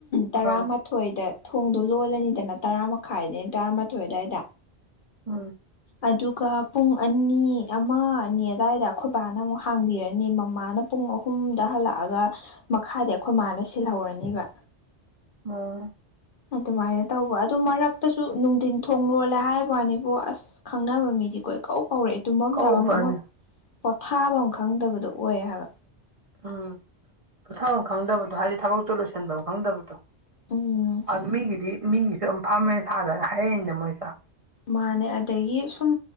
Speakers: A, on the left; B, on the right.
A: ꯇꯔꯥꯃꯥꯊꯣꯏꯗ
B: ꯑꯥ
A: ꯊꯣꯡꯗꯣ ꯂꯣꯜꯂꯅꯤꯗꯅ ꯇꯔꯥ ꯃꯈꯥꯏꯗꯩꯅ ꯇꯔꯥꯃꯥꯊꯣꯏ ꯑꯗꯨꯋꯥꯏꯗ
B: ꯎꯝ
A: ꯑꯗꯨꯒ ꯄꯨꯡ ꯑꯅꯤ ꯑꯃ ꯑꯅꯤ ꯑꯗꯨꯋꯥꯏꯗ ꯑꯩꯈꯣꯏ ꯕꯥꯅ ꯑꯃꯨꯛ ꯍꯥꯡꯕꯤꯔꯅꯤ ꯃꯃꯥꯅ ꯄꯨꯡ ꯑꯍꯨꯝꯗ ꯍꯜꯂꯛꯑꯒ ꯃꯈꯥꯗ ꯑꯩꯈꯣꯏ ꯃꯥꯅ ꯁꯤꯜꯍꯧꯔꯅꯤꯕ
B: ꯑꯣ
A: ꯑꯗꯨ ꯑꯗꯨꯃꯔ ꯇꯧꯕ ꯑꯗꯨ ꯃꯔꯛꯇꯁꯨ ꯅꯨꯡꯊꯤꯟ ꯊꯣꯡ ꯂꯣꯜꯂꯦ ꯍꯥꯏꯕꯅꯤꯕꯨ ꯑꯁ ꯈꯪꯅꯕ ꯃꯤꯗꯤ ꯀꯣꯏ ꯀꯧ ꯀꯧꯔꯛꯑꯦ ꯇꯨꯝꯐꯝ
B: ꯀꯧꯕ꯭ꯔꯅꯦ
A: ꯆꯥꯐꯝ ꯑꯃ ꯄꯣꯊꯥꯐꯝ ꯑꯃ ꯈꯪꯗꯕꯗꯣ ꯑꯣꯏ ꯍꯥꯏꯕ
B: ꯎꯝ ꯄ ꯄꯨꯊꯐꯝ ꯈꯪꯗꯕꯗꯣ ꯍꯥꯏꯗꯤ ꯊꯕꯛꯇꯣ ꯂꯣꯏꯁꯤꯟꯐꯝ ꯈꯪꯗꯕꯗꯣ
A: ꯎꯝ
B: ꯑꯗꯨ ꯃꯤꯒꯤꯗꯤ ꯃꯤꯒꯤꯁꯨ ꯌꯥꯝ ꯐꯝꯃꯦ ꯁꯥꯗꯅ ꯍꯥꯏꯔꯛꯏꯅꯦ ꯃꯣꯏꯁ
A: ꯃꯥꯅꯦ ꯑꯗꯒꯤ ꯁꯨꯝ